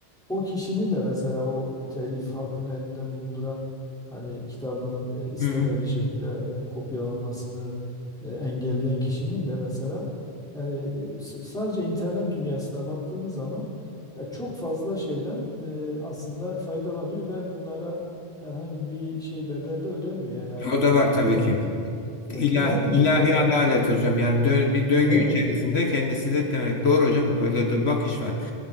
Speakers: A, in the centre; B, on the left.
A: o kişinin de mesela o telif hakkını elinde bulunduran hani kitabının e, istemediği
B: Hı hı.
A: şekilde e, kopyalanmasını e, engelleyen kişinin de mesela yani e, s- sadece internet dünyasına baktığımız zaman ya çok fazla şeyden e, aslında faydalanıyor ve bunlara herhangi bir şey bedel de ödemiyor. Yani herhangi
B: O da
A: bir
B: var tabii
A: referans
B: ki.
A: göstermiyor.
B: İlahi
A: Hepimiz
B: ilahi
A: mesela
B: adalet hocam yani dö- bir döngü
A: evet
B: içerisinde kendisi de demek doğru hocam böyle bir bakış var.